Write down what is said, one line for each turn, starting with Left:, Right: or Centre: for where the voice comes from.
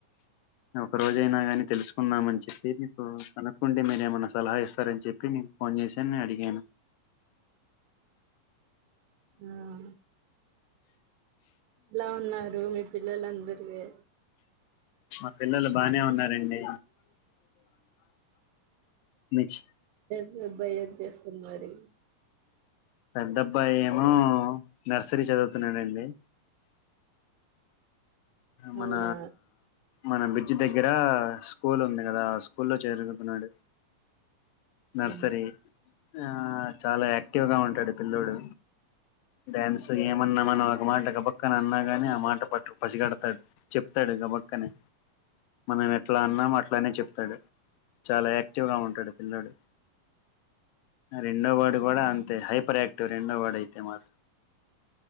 Left: ఒక రోజైనా గాని తెలుస్కుందామన్ చెప్పీ మీకు కనుక్కుంటె మీరేమన్న సలా ఇస్తారన్ చెప్పి మీక్ ఫోన్ చేసాన్ నే అడి గ్యాస్.
Right: ఊమ్. లా ఉన్నారు మీ పిల్లలందరు ఎ
Left: మ పిల్లలు బానే ఉన్నారండి. మిచ్
Right: మి అబ్బాయేం చేస్తున్ మరీ
Left: పెద్దబ్బాయేమో నర్సరీ చదువుతున్నాడండి. మన
Right: అవునా
Left: మన బ్రిడ్జ్ దగ్గర స్కూల్ ఉంది కదా ఆ స్కూ లో చేరుగుతున్నాడు నర్సరీ
Right: ఉమ్
Left: ఆ చాలా యాక్టివ్గా ఉంటాడు పిల్ల్లోడు డ్యాన్స్ ఏమన్న మనమొక మాట గబక్కన అన్నాగాని ఆ మాట పట్టు పసిగడ్తాడ్ చెప్తాడు గబక్కనె మనమెట్లా అన్నామట్లనే చెప్తడు. చాలా యాక్టివ్గ ఉంటాడు పిల్లోడు. మా రెండో వాడు గుడ అంతే హైపర్ ఆక్టివ్ రెండో వాడు అయితే మాత్